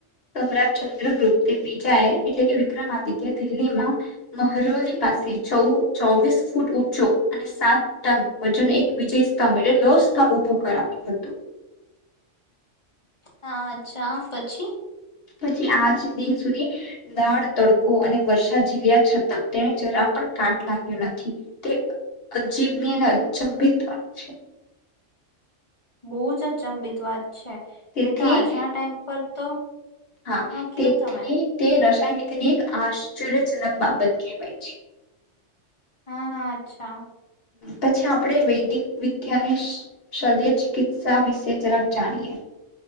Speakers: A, on the left; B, on the left.
A: સમ્રાટચંદ્ર ગુપ્તે બીજા એ એટલે કે વિક્રમ આદિત્ય દિલ્હીમાં મહરોલી પાસે ચૌ ચોવીસ ફૂટ ઊંચો અને સાત ટન વજન એક વિજય સ્તંભ એલે લો સ્તંભ ઉભો કરખ્યો હતો
B: હા અચ્છા પછી
A: પછી આજ દિન સુધી દાળ તડકો અને વર્ષા ઝીલ્યા છતાં તેને જરા પણ કાટ લાગ્યો નથી તે અજીબની અને અચંભિત વાત છે
B: બહુ જ અચંબિત વાત છે
A: તેથી
B: નહી તો આજના ટાઈમ પર તો
A: હા
B: કયો
A: તેથી
B: તમે
A: તે ર ધને એક આશ્ચર્યજનક બાબત કહેવાય છે
B: હા હા અચ્છા
A: પછી આપણે વૈદિક વિદ્યા અને શલ્ય ચિકિત્સા વિશે જલફ જાણીએ